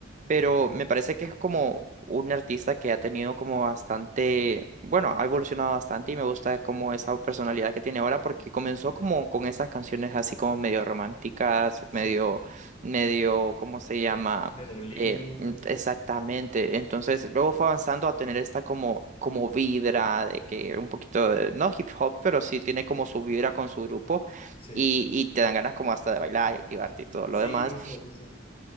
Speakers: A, on the right; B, on the left.
A: pero
B: Ajá.
A: me parece que es como un artista que ha tenido como bastante, bueno, ha evolucionado bastante y me gusta como esa personalidad que tiene ahora porque comenzó como con esas canciones así como medio románticas,
B: Sí.
A: medio, medio, ¿cómo se llama?
B: De dolido.
A: Eh, mm, exactamente. Entonces, luego fue avanzando a tener esta como, como vibra de que un poquito, de- no hip hop, pero sí tiene como su vibra con su grupo
B: Sí.
A: y, y te dan ganas como hasta de bailar y activarte y todo
B: Sí,
A: lo demás.
B: justo, justo.